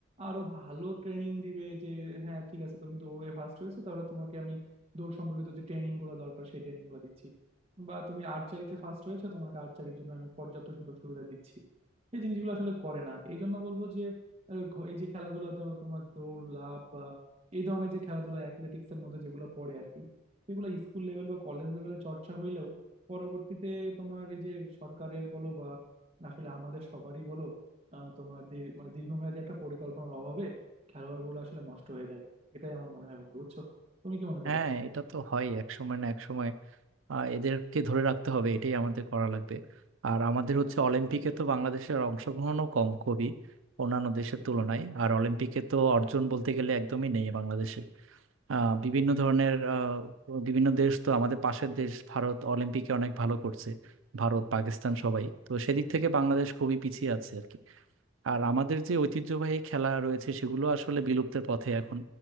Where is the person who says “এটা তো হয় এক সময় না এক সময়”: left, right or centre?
Right